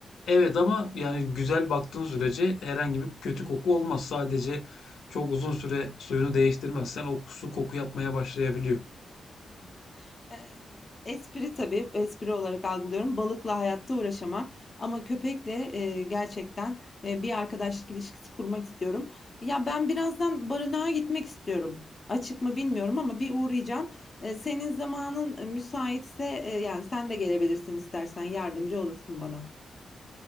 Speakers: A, on the left; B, on the left.
A: evet ama yani güzel baktığın sürece herhangi bir kötü koku olmaz. Sadece çok uzun süre suyunu değiştirmezsen o su koku yapmaya başlayabiliyor.
B: Hı hı. Eee, espri tabii, espri olarak algılıyorum. Balıkla hayatta uğraşamam ama köpekle eee, gerçekten eee, bir arkadaşlık ilişkisi kurmak istiyorum. Ya ben birazdan barınağa gitmek istiyorum. Açık mı bilmiyorum ama bir uğrayacağım. Eee, senin zamanın e, müsaitse e, yani sen de gelebilirsin istersen yardımcı olursun bana.